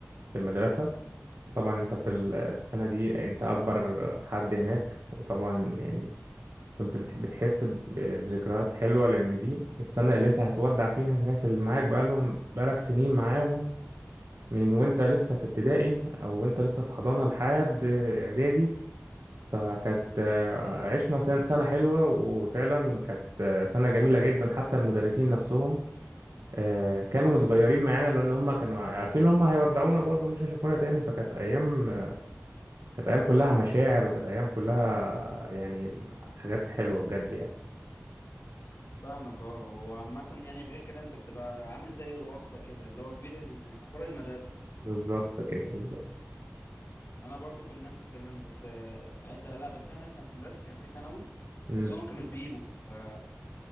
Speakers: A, on the right (about 75°); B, on the left (about 60°).
A: في المدرسة
B: مم.
A: طبعا انت في السنة دي انت اكبر حد هناك وطبعا يعني كنت بت- بتحس ب- بذكريات حلوة لأن دي السنة اللي أنت هتودع فيها الناس اللي معاك بقالهم بقالك سنين معاهم من وأنت لسه في ابتدائي أو وأنت لسه في حضانة لحد إعدادي فكانت آه، عشنا سن- سنة حلوة وفعلا كانت آه، سنة جميلة جدا حتى المدرسين نفسهم آه، كانوا متغيرين معانا لأن هم كانوا عارفين هم هيودعونا برضو مش هيشوفونا تاني فكانت أيام كانت أيام كلها مشاعر وكانت أيام كلها يعني حاجات حلوة بجد يعني
B: فاهمك اه هو عامة يعني غير كده انت بتبقى عامل زي الواسطة كده اللي هو كبير ال- كبار المدرسة
A: بالظبط كده بالظبط
B: انا برضو كان نفس الكلام كنت آه، ساعتها لا بس انا كان في مدرستي كان في ثانوي
A: مم.
B: بس هم ما كانوش بيجوا فكنا